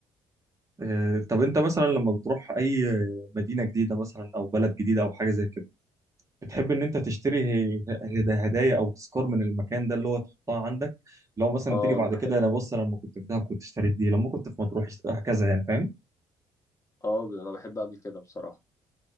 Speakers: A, on the right; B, on the left.
A: آه، طب انت مثلا لما بتروح اي مدينة جديدة مثلا او بلد جديدة او حاجة زي كده بتحب ان انت تشتري هد- هدايا او تذكار من المكان ده اللي هو تحطها عندك لو مثلا
B: اه
A: تيجي بعد
B: انا بحب
A: كده انا بص انا لما كنت في دهب كنت اشتريت دي لما كنت في مطروح اشت- هكذا يعني فاهم
B: اه انا بحب اعمل كده بصراحه